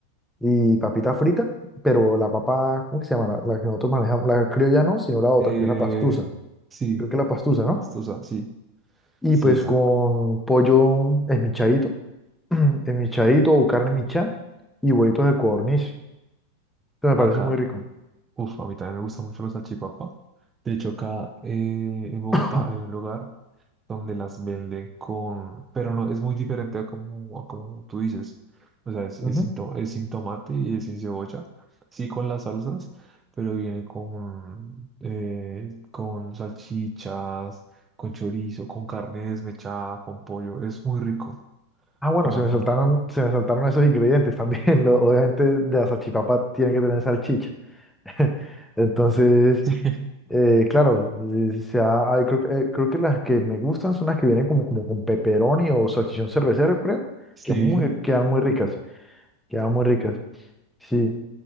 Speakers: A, in the centre; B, on the right (about 20°).
A: y papita frita, pero la papa, ¿cómo que se llama? La, la que nosotros manejamos, la criolla no, sino la otra,
B: Eh,
A: que es la pastusa,
B: sí,
A: creo que es la pastusa,
B: la
A: ¿no?
B: pastusa, sí,
A: Y
B: sí,
A: pues
B: esa.
A: con pollo esmichadito, <clears throat> esmichadito o carne michá y huevitos de codorniz. Eso me
B: Acá
A: parece muy rico.
B: Uf, a mí también me gusta mucho la salchipapa. De hecho, acá eh, en Bogotá
A: <laughs>
B: hay un lugar donde las venden con... Pero no, es muy diferente a como, a como tú dices. O sea, es, es,
A: Ujú.
B: sin to- es sin tomate y es sin cebolla. Sí con las salsas, pero viene con, eh, con salchichas, con chorizo, con carne desmechada, con pollo. Es muy rico,
A: Ah, bueno,
B: la verdad.
A: se me saltaron, se me saltaron esos ingredientes también. <laughs> lo- obviamente de la salchipapa tiene que tener salchicha. <laughs> Entonces,
B: <laughs>
A: Eh, claro, eh, se ha- hay- creo, que eh, creo que las que me gustan son las que vienen como, como con pepperoni o salchichón cervecero, creo,
B: Sí,
A: que muy,
B: sí.
A: quedan muy ricas, quedan muy ricas. Sí,